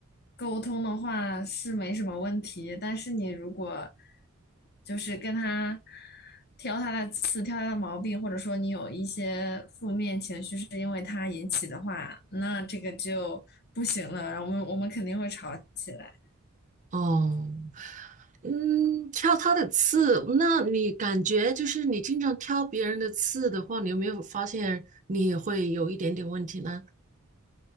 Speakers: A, on the left; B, on the right.
A: 沟通的话是没什么问题，但是你如果就是跟他挑他的刺、挑他的毛病，或者说你有一些负面情绪是因为他引起的话，那这个就不行了，然后我们我们肯定会吵起来。
B: 哦，嗯，挑他的刺，那你感觉就是你经常挑别人的刺的话，你有没有发现你也会有一点点问题呢？